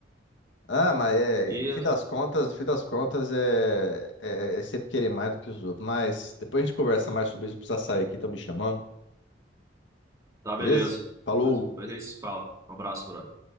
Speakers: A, on the left; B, on the right.
A: Ah, mas é,
B: E
A: no fim das contas, no fim das contas é, é, é sempre querer mais do que os outros. Mas depois a gente conversa mais sobre isso, precisa sair aqui, estão me chamando,
B: tá
A: beleza?
B: beleza.
A: Falou!
B: Depois depois a gente se fala. Um abraço, brother.